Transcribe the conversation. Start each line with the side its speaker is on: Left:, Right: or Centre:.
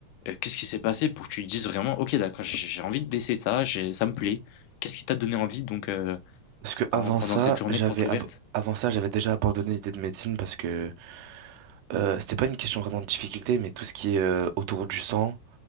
Left: heu, qu'est-ce qui s'est passé pour que tu te dises vraiment: «OK, d'accord, j'ai j'ai envie d'essayer ça, j'ai ça me plaît»? Qu'est-ce qui t'a donné envie donc, heu,
Right: Parce que
Left: pendant
Right: avant
Left: pendant
Right: ça,
Left: cette journée
Right: j'avais
Left: de porte ouverte?
Right: ab- avant ça, j'avais déjà abandonné l'idée de médecine parce que euh, c'était pas une question vraiment de difficulté, mais tout ce qui est euh, autour du sang,